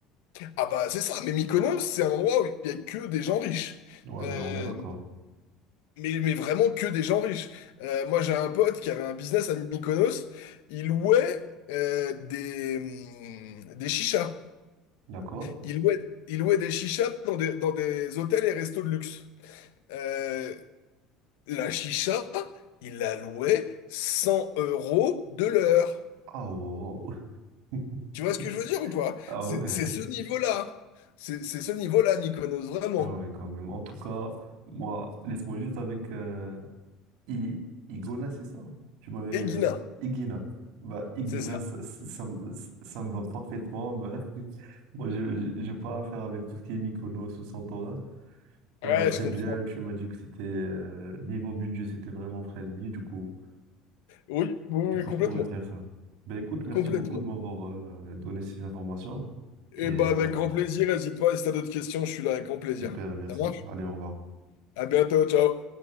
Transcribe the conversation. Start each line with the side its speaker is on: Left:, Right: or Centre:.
Left: Ah bah c'est ça, mais Mykonos, c'est un endroit où il y a que des gens riches.
Right: Ouais,
Left: Euh,
Right: on est d'accord.
Left: Mais, mais vraiment que des gens riches. Euh, moi, j'ai un pote qui avait un business à Mykonos. Il louait euh, des, hum, des chichas.
Right: D'accord?
Left: Il louait, il louait des chichas dans des, dans des hôtels et restos de luxe. Euh, la chicha, il la louait 100 euros de l'heure.
Right: Ah wow. wow.
Left: Tu vois
Right: <laughs>
Left: ce que je veux dire ou pas?
Right: Ah
Left: C'est
Right: ouais.
Left: c'est ce niveau-là. C'est c'est ce niveau-là, Mykonos, vraiment.
Right: Ah ouais, quand même. En tout cas, moi, laisse-moi juste avec euh, I- Igona, c'est ça? Tu m'avais... euh,
Left: Et Guina,
Right: Igina. Bah, Igina,
Left: c'est ça.
Right: ça, ça, ça me ça me va parfaitement. Bah, <laughs> moi, j'ai j'ai pas affaire avec tout ce qui est Mykonos ou Santorin. Ça
Left: Ouais,
Right: me va très
Left: je comprends.
Right: bien. Tu m'as dit que c'était... euh, niveau budget, c'était vraiment friendly. Du coup...
Left: Oui, oui,
Right: Du
Left: oui,
Right: coup,
Left: complètement.
Right: je pourrais faire ça. Ben écoute, merci
Left: Complètement.
Right: beaucoup de m'avoir euh, donné ces informations.
Left: Eh
Right: Et euh,
Left: ben, avec grand plaisir. N'hésite pas, si t'as d'autres questions, je suis là avec grand plaisir.
Right: super, merci.
Left: Ça marche?
Right: Allez, au revoir.
Left: À bientôt, ciao.